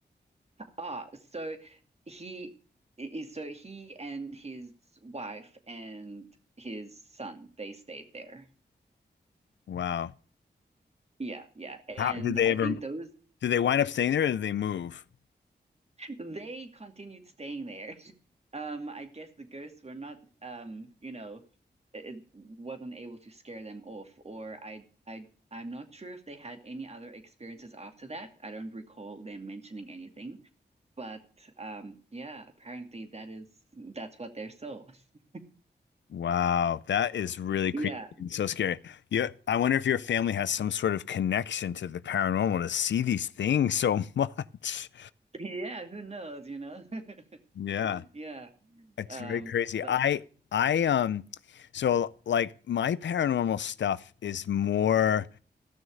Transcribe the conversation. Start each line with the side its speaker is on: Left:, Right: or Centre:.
Right: Ah, so he is so he and his wife and his son, they stayed there.
Left: Wow.
Right: Yeah, yeah. And
Left: How did they
Right: I
Left: ever
Right: think those
Left: did they wind up staying there or did they move?
Right: they continued staying there. <laughs> Um, I guess the ghosts were not um, you know, it it wasn't able to scare them off, or I I I'm not sure if they had any other experiences after that. I don't recall them mentioning anything, but um yeah, apparently that is that's what they're so. <laughs>
Left: Wow, that is really creepy
Right: Yeah.
Left: and so scary. You, I wonder if your family has some sort of connection to the paranormal to see these things so <laughs> much.
Right: <laughs> Yeah, who knows, you know? <laughs>
Left: Yeah.
Right: Yeah.
Left: It's
Right: Um,
Left: very crazy.
Right: but
Left: I I um so like my paranormal stuff is more